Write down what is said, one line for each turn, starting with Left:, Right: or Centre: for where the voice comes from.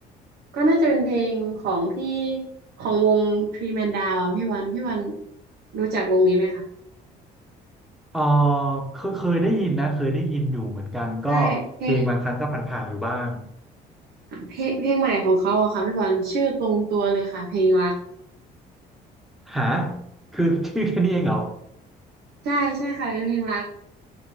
Right: ก็น่าจะเป็นเพลงของพี่ของวงทรีแมนดาวอ่ะพี่วันพี่วันรู้จักวงนี้ไหมคะ
Centre: เออเคยเคยได้ยินนะเคยได้ยินอยู่เหมือนกันก็เพลงบางครั้งก็ผ่านๆอยู่บ้าง
Right: ใช่เพลงเพลงเพลงใหม่ของเขาอะค่ะพี่วันชื่อตรงตัวเลยค่ะเพลงรัก
Centre: หาคือ <laughs> ชื่อแค่นี้เองเหรอ
Right: ใช่ใช่ค่ะเป็นเพลงรัก